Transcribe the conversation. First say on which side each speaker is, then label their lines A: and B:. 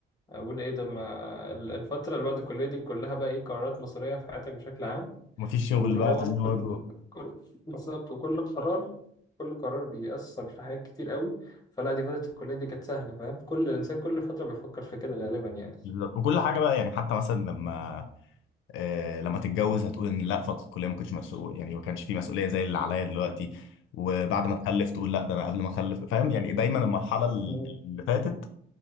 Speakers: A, on the left (about 20°); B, on the left (about 85°).
A: اقول ايه ده ما ال- الفتره اللي بعد الكليه دي كلها بقى ايه قرارات مصيريه في حياتك بشكل عام
B: مفيش شغل
A: واللي
B: بقى
A: هو
B: فاللي
A: كل
B: هو الروح.
A: كل بالظبط وكل قرار كل قرار بيأثر في حاجات كتير قوي فلا دي فتره الكليه دي كانت سهله فاهم كل انسان كل فتره بيفكر في كده غالبا يعني
B: بالظبط وكل حاجه بقى يعني حتى مثلا لما آه لما تتجوز هتقول ان لا فتره الكليه ما كنتش مسؤول يعني ما كانش في مسؤوليه زي اللي عليا دلوقتي وبعد ما تخلف تقول لا ده انا قبل ما اخلف فاهم يعني دايما المرحله اللي
A: مم.
B: فاتت